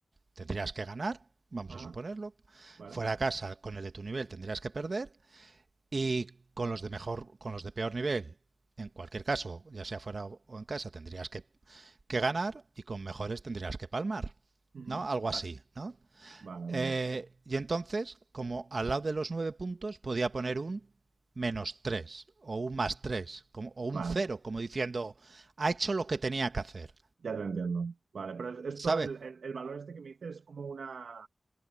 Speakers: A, on the right; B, on the right.
A: tendrías que ganar, vamos
B: Ajá,
A: a suponerlo.
B: vale,
A: Fuera a casa con el de tu nivel tendrías que perder y con los de mejor, con los de peor nivel, en cualquier caso, ya sea fuera o en casa, tendrías que, que ganar y con mejores tendrías que palmar,
B: ujú,
A: ¿no? Algo
B: Vale,
A: así, ¿no?
B: vale,
A: Eh,
B: vale,
A: y entonces, como al lado de los nueve puntos, podía poner un menos tres o un más tres como, o
B: vale.
A: un cero, como diciendo, ha hecho lo que tenía que hacer.
B: Ya te entiendo. Vale, pero esto,
A: ¿Sabes?
B: el, el- el valor este que me dices es como una...